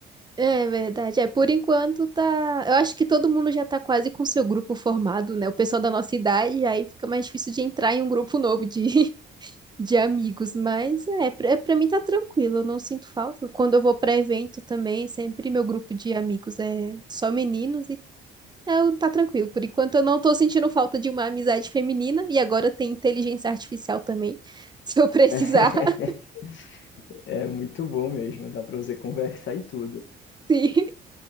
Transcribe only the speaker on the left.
<laughs>
É muito bom mesmo, dá para você conversar e tudo.